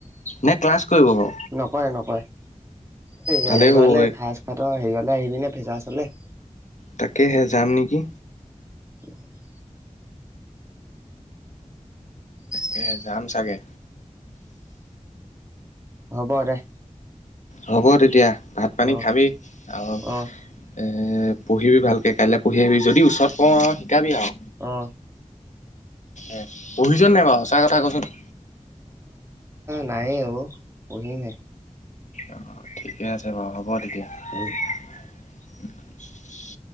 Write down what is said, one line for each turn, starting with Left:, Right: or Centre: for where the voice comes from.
Left: নে ক্লাছ কৰিব বাৰু
Right: নকৰে নকৰে। এই
Left: ভালেই
Right: হেৰিয়ালে
Left: হ'বগৈ
Right: সাজ খাতৰ হেৰিয়ালে আহিপিনে ভেজা আছালে।
Left: তাকেহে যাম নেকি?
Right: উম।
Left: তাকে যাম চাগে।
Right: হ'ব দে।
Left: হ'ব তেতিয়া ভাত পানী
Right: অ',
Left: খাবি, আৰু
Right: অ',
Left: এ পঢ়িবি ভালকে, কাইলৈ পঢ়ি আহিবি যদি ওচৰত পাওঁ আৰু শিকাবি আৰু।
Right: অ'।
Left: এ পঢ়িছনে নাই বাৰু সঁচা কথা কচোন?
Right: নায়ে ও, পঢ়িমহে।
Left: অ' ঠিকে আছে বাৰু। হ'ব তেতিয়া
Right: উম।
Left: <unintelligible>